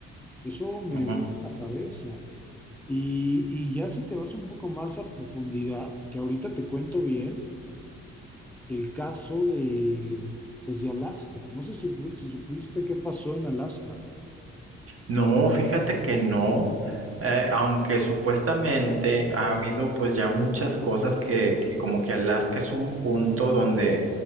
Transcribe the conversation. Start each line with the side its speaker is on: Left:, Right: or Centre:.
Centre: Eso me
Right: ujú.
Centre: vuela la cabeza. Y, y ya si te vas un poco más a profundidad, que ahorita te cuento bien del caso de, pues de Alaska. No sé si, fu- si supiste qué pasó en Alaska.
Right: No, fíjate que no, eh, aunque supuestamente ha habido pues ya muchas cosas que, que como que Alaska es un punto donde